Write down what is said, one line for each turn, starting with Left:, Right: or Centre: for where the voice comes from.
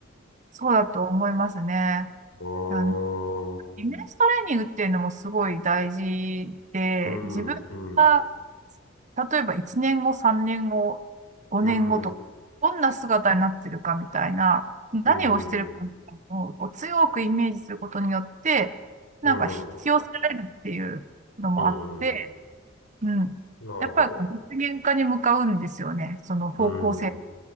Right: そうだと思いますね。
Left: うーん、
Right: あのイメージトレーニングっていうのもすごい大事で、
Left: うん、
Right: 自分が、
Left: うん、
Right: 例えば1年後、3年後、5年後とか、
Left: うん、うん、
Right: どんな姿になってるかみたいな、何をしてるかみたいなのをこう強くイメージすることによって、
Left: うん、うん、
Right: なんか引き寄せられるっていうのもあって、
Left: うんうん
Right: うん。
Left: なるほど。
Right: やっぱりこう実現化に向かうんですよね。その方向性。
Left: うん、